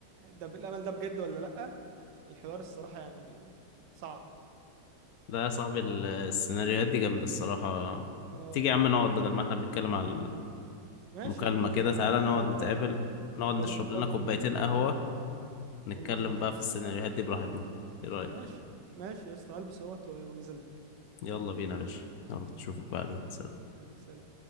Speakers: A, on the right; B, on the left.
A: ده بالأمل ده بجد ولا لأ الحوار الصراحة يعني صعب
B: لا يا صاحبي ال- السيناريوهات دي جامدة الصراحة
A: اه
B: تيجي يا عم نقعد بدل ما احنا بنتكلم على
A: ماشي
B: المكالمة
A: يا عم يلا
B: كده
A: انا
B: تعالى نقعد
A: لو انت
B: نتقابل نقعد
A: لو
B: نشرب
A: انت فاضي
B: لنا كوبايتين قهوة نتكلم
A: ونمخمخ
B: بقى في السيناريوهات دي براحتنا ايه رأيك
A: ماشي ماشي يا اسطى هلبس اهوت وانزل لك
B: يلا بينا يا باشا
A: ماشي
B: يلا اشوفك بعدين سلام
A: ماشي، سلام